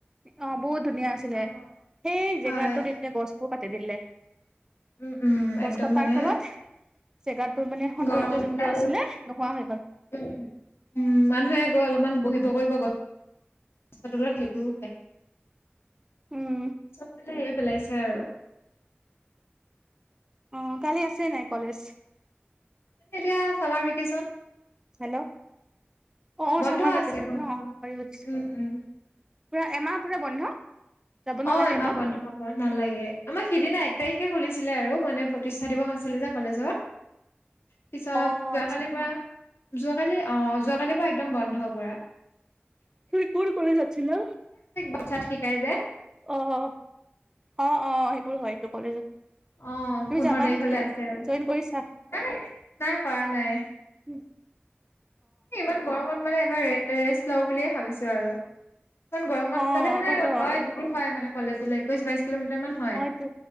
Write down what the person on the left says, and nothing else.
অ
হয়
উম উম
একদম
মানে
গৰমডাল
উম উম মানুহে গৈ অলপমান বহিব কৰিব গছ তলত সেইটোও শেষ
চব ফালে পেলাইছে আৰু
এতিয়া চামাৰভেকেশ্যন
বন্ধ
আছে বন্ধ
উম উম
অ এমাহ বন্ধ হব নালাগে আমাৰ সিদিনা। তাৰিখে খুলিছিলে আৰু মানে প্ৰতিষ্ঠা দিৱস আছিলে যে কলেজৰ। পিছত
যোৱাকালিৰ
পৰা। যোৱাকালি অ যোৱাকালিৰ পৰা একদম বন্ধ পুৰা।
পাছাত শিকাই যে।
অ
পোন্ধৰ
তাৰিখলে
আছে আৰু
নাই নাই কৰা নাই।
ইমান গৰমত মানে এবাৰ ৰেষ্ট লওঁ বুলিয়ে ভাবিছোঁ আৰু। ইমান গৰমত
তাতে মানে
হয় দূৰ হয় মানে কলেজলে একৈশ বাইশ কিলোমিটাৰ মান হয়